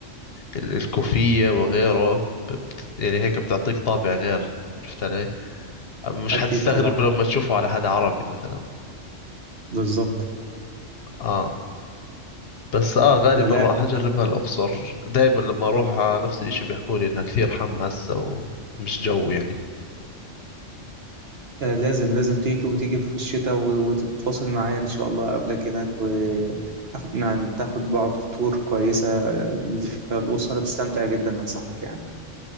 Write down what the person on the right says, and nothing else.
أكيد
طبعا
بالظبط
آه لا
آه لازم لازم تيجي وتيجي في الشتاء و- وتتواصل معايا إن شاء الله قبلك هناك وناخد بعض في تور كويسة اللي فيها الأسرة تستمتع جدا أنصحك يعني